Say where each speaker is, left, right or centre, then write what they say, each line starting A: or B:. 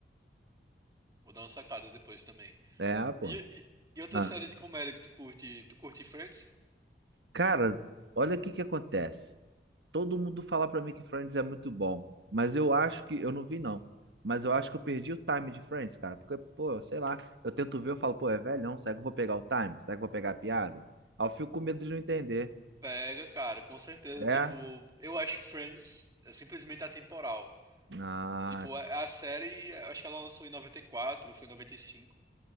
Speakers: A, on the right; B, on the right.
A: Vou dar uma sacada depois também.
B: É, pô.
A: E, e, e outra
B: Ah,
A: série de comédia que tu curte? Tu curte Friends?
B: Cara, olha o que que acontece. Todo mundo fala pra mim que Friends é muito bom, mas eu acho que. Eu não vi, não. Mas eu acho que eu perdi o time de Friends, cara. Porque, pô, sei lá. Eu tento ver, eu falo, pô, é velhão, será que eu vou pegar o time? Será que eu vou pegar a piada? Aí eu fico com medo de não entender.
A: Pega, cara, com certeza.
B: É?
A: Tipo, eu acho Friends é, simplesmente atemporal.
B: Ah,
A: Tipo, a, a série, acho que ela lançou em 94 ou foi em 95.